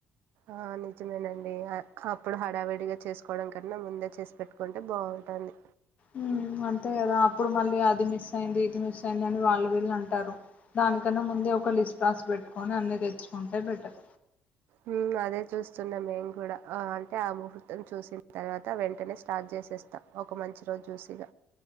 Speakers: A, on the right; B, on the left.
A: ఆ నిజమేనండి అప్పుడు హడావిడిగా చేసుకోవడం కన్నా ముందే చేసి పెట్టుకుంటే బాగు ఉంటాంది
B: ఉమ్ అంతే కదా అప్పుడు మళ్ళీ అది మిస్ అయింది ఇది మిస్ అయింది అని వాళ్ళు వీళ్ళు అంటారు దానికన్నా ముందే ఒక లిస్ రాస్ పెట్టుకొని అన్ని తెచ్చుకుంటే బెటర్
A: ఉమ్ అదే చూస్తున్నా మేం కూడా అంటే ఆ ముహూర్తం చూసిన తర్వాత వెంటనే స్టార్ట్ చేస్ చేస్తా ఒక మంచి రోజు చూసి ఇగ